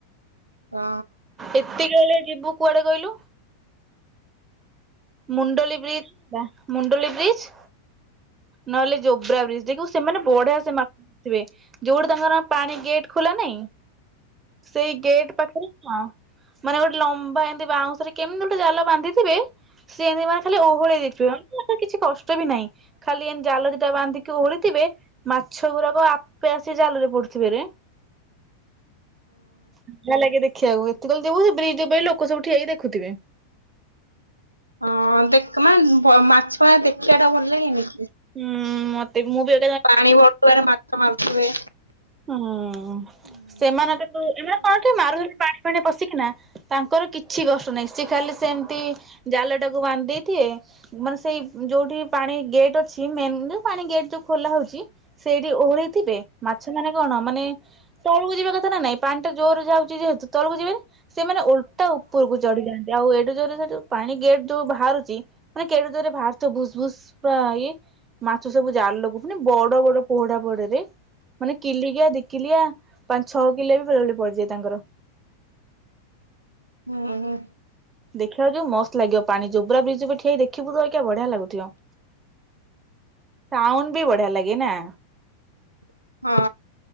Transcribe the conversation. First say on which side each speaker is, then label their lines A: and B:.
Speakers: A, on the right (about 85°); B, on the right (about 20°).
A: ହଁ।
B: ଏତିକି ବେଳେ ଯିବୁ କୁଆଡେ କହିଲୁ? ମୁଣ୍ଡଳି ବ୍ରିଜ୍ ଯିବା ମୁଣ୍ଡଳି ବ୍ରିଜ୍ ନହେଲେ ଜୋବ୍ରା ବ୍ରିଜ୍ ଦେଖିବୁ ସେମାନେ ବଢିଆ ସେ ମା ମାରିଥିବେ ଯୋଉଠି ତାଙ୍କର ପାଣି ଗେଟ୍ ଖୋଲା ନାହିଁ ସେଇ ଗେଟ୍ ପାଖରେ ନୁହଁ ମାନେ ଗୋଟେ ଲମ୍ବା ଏମିତି ବାଉଁଶରେ କେମିତି ଗୋଟେ ଜାଲ ବାନ୍ଧିଥିବେ ସେ ଏମିତି ମା ଖାଲି ଓହଳେଇ ଦେଇଥିବେ ଉଁ ଏତେ କିଛି କଷ୍ଟ ବି ନାହିଁ ଖାଲି ଏମିତି ଜାଲ ଦିଟା ବାନ୍ଧିକି ଓହଳେଇଥିବେ ମାଛ ଗୁଡାକ ଆପେ ଆସି ଜାଲରେ ପଡୁଥିବେରେ। ବଢିଆ ଲାଗେ ଦେଖିବାକୁ ଏତିକିବେଳେ ଯିବୁ ସେ ବ୍ରିଜ୍ ଉପରେ ଲୋକସବୁ ଠିଆହେଇ ଦେଖୁଥିବେ।
A: ହଁ ଦେଖ ମାନେ ଭ ମାଛଗୁରା ଦେଖିବା ଟା ଭଲ ଲାଗେଇନି କି?
B: ହୁଁ ମତେ ବି ମୁଁ ବି ଏ
A: ପାଣି ଭଟୁଆରେ ମାଛ ମାରୁଥିବେ।
B: ହୁଁ ସେମାନେ କିନ୍ତୁ ଏମାନେ କଣ ଟିକେ ମାରୁଛନ୍ତି ପାଣି ଫାଣିରେ ପଶିକିନା ତାଙ୍କର କିଛି କଷ୍ଟ ନାହିଁ ସେ ଖାଲି ସେମିତି ଜାଲ ଟାକୁ ବାନ୍ଧି ଦେଇଥିବେ ମାନେ ସେଇ ଯୋଉଠି ପାଣି ଗେଟ୍ ଅଛି ମେନ୍ ଯୋଉ ପାଣି ଗେଟ୍ ଯୋଉ ଖୋଲା ହଉଛି ସେଇଠି ଓହଳିଥିବେ ମାଛ ମାନେ କଣ ମାନେ ତଳୁକୁ ଯିବା କଥା ନାଁ ନାଇଁ ପାଣି ଟା ଜୋରରେ ଯାଉଛି ଯେହେତୁ ତଳୁକୁ ଯିବେନି ସେମାନେ ଓ ଲଟା ଉପରକୁ ଚଢି ଯାଆନ୍ତି ଆଉ ଏଡେ ଜୋର୍ ରେ ସେ ଯୋଉ ପାଣି ଗେଟ୍ ଯୋଉ ବାହାରୁଛି ମାନେ କେଡେ ଜୋରରେ ବାହାରୁଥିବ ଭୁସ୍ ଭୁସ୍ ପୂରା ହେଇ ମାଛ ସବୁ ଜାଲକୁ ମାନେ ବଡ ବଡ ପୋହଡା ପଡେ ରେ। ମାନେ କିଲିକିଆ ଦିି କିଲିଆ ପାଞ୍ଚ ଛଅ କିଲିଆ ବି ବେଳେବେଳେ ପଡିଯାଏ ତାଙ୍କର।
A: ହୁଁ ହୁଁ।
B: ଦେଖିବାକୁ ଯିବୁ ମସ୍ତ ଲାଗିବ ପାଣି ଜୋବ୍ରା ବ୍ରିଜ୍ ଉପରେ ଠିଆହେଇ ଦେଖିବୁ ଅଇକା ବଢିଆ ଲାଗୁଥିବ। ସାଉଣ୍ଡ୍ ବି ବଢିଆ ଲାଗେ ନାଁ?
A: ହଁ।